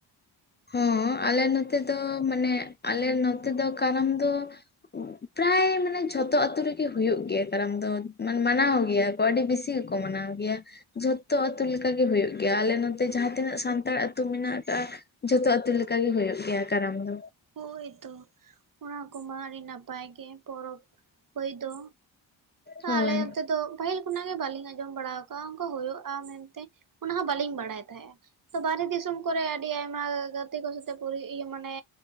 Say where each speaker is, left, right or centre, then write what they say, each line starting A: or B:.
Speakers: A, on the left (about 20°); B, on the right (about 45°).
A: ᱦᱚᱸ ᱟᱞᱮ ᱱᱚᱛᱮ ᱫᱚ ᱢᱟᱱᱮ ᱟᱞᱮ ᱱᱚᱛᱮ ᱫᱚ ᱠᱟᱨᱟᱢ ᱫᱚ ᱯᱨᱟᱭ ᱢᱟᱱᱮ ᱡᱷᱚᱛᱚ ᱟᱛᱳ ᱨᱮᱜᱮ ᱦᱩᱭᱩᱜ ᱜᱮᱭᱟ ᱠᱟᱨᱟᱢ ᱫᱚ ᱢᱟᱱ ᱢᱟᱱᱟᱣ ᱜᱮᱭᱟ ᱠᱚ ᱟᱹᱰᱤ ᱵᱮᱥᱤ ᱜᱮᱠᱚ ᱢᱟᱱᱟᱣ ᱜᱮᱭᱟ ᱡᱷᱚᱛᱚ ᱟᱹᱛᱩ ᱞᱮᱠᱟᱜᱮ ᱦᱩᱭᱩᱜ ᱜᱮᱭᱟ ᱟᱞᱮ ᱱᱚᱛᱮ ᱡᱟᱦᱟᱸ ᱛᱤᱱᱟᱹᱜ ᱥᱟᱱᱛᱟᱲ ᱟᱹᱛᱩ ᱢᱮᱱᱟᱜ ᱟᱠᱟᱫᱼᱟ ᱡᱷᱚᱛᱚ ᱟᱹᱛᱩ ᱞᱮᱠᱟ ᱜᱮ ᱦᱩᱭᱩᱜ ᱜᱮᱭᱟ ᱠᱟᱨᱟᱢ ᱫᱚ
B: ᱦᱚᱭᱛᱚ ᱚᱱᱟ ᱠᱚᱢᱟ ᱟᱹᱰᱤ ᱱᱟᱯᱟᱭ ᱜᱮ ᱯᱚᱨᱚᱵᱽ ᱦᱚᱭ ᱫᱚ
A: ᱦᱳᱭ
B: ᱟᱞᱮ ᱚᱱᱛᱮ ᱫᱚ ᱯᱟᱹᱦᱤᱞ ᱠᱷᱚᱱᱟᱜ ᱜᱮ ᱵᱟᱹᱞᱤᱧ ᱟᱸᱡᱚᱢ ᱵᱟᱲᱟ ᱟᱠᱟᱫᱼᱟ ᱚᱱᱠᱟ ᱦᱩᱭᱩᱜᱼᱟ ᱢᱮᱱᱛᱮ ᱚᱱᱟ ᱦᱚᱸ ᱵᱟᱹᱞᱤᱧ ᱵᱟᱲᱟᱭ ᱛᱟᱦᱮᱸᱜᱼᱟ ᱵᱟᱦᱦᱮ ᱫᱤᱥᱚᱢ ᱠᱚᱨᱮ ᱟᱹᱰᱤ ᱟᱭᱢᱟ ᱜᱟᱛᱮ ᱠᱚ ᱥᱟᱛᱮᱤ ᱢᱟᱱᱮ